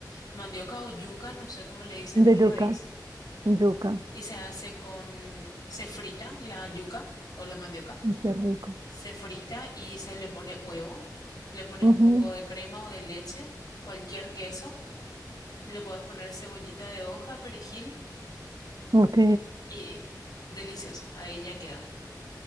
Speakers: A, on the left; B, on the right.
A: mandioca o yuca, no sé cómo le dicen
B: De
A: en tu
B: yuca,
A: país.
B: yuca,
A: y se hace con, se frita la yuca o la mandioca,
B: y qué rico.
A: se frita y se le pone huevo, le pones
B: Ujú,
A: un poco de crema o de leche, cualquier queso, le puedes poner cebollita de hoja, perejil
B: Ok,
A: y delicioso, ahí ya queda.